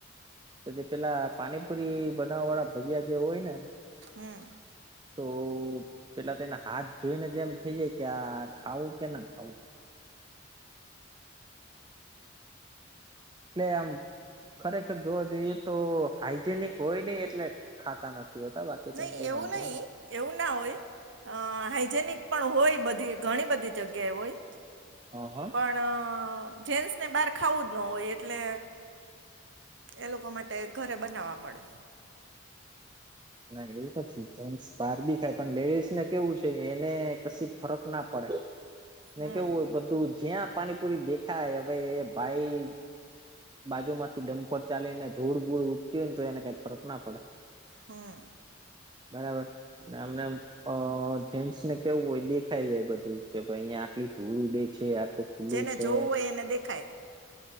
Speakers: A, on the right; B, on the right.
A: તો જે પેલા પાણીપુરી બનાવા વાળા ભૈયા જે હોય ને
B: હમ
A: તો પેલા તેના હાથ જોઈને જ એમ થઈ જાય કે આ ખાવું કે ના ખાવું ટલે આમ ખરેખર જોવા જોઈએ તો હાઈજેનિક હોય ને એટલે ખાતા નથી હોતા બાકી કેમ
B: નહીં
A: કે
B: એવું
A: વાંધો
B: નહીં એવું ના હોય અ હાઈજેનિક પણ હોય બધી ઘણી બધી જગ્યાએ હોય
A: હ હ
B: પણ જેન્સને બાર ખાવું જ ન હોય એટલે એ લોકો માટે ઘરે બનાવવા પડે
A: ના એવું નથી જેન્ટસ બહાર બી ખાય પણ લેડીઝ ને કેવું છે એને કશી ફરક ના પડે ને
B: હમ
A: કેવું હોય બધું જ્યાં પાણીપુરી દેખાય હવે ભાઈ બાજુમાંથી ડમ્પર ચાલી ને ધૂળ ભૂળ ઉગતી હોય ને તો એને કઈ ફરક ના પડે
B: હમ
A: બરાબર અને અમને અ ફન્સ ને કેવું હોય દેખાઈ જાય બધું કે ભાઈ અહીયા આટલી ધૂળે છે આટલુ ખુલ્લું
B: જેને
A: છે
B: જોવું હોય એને દેખાય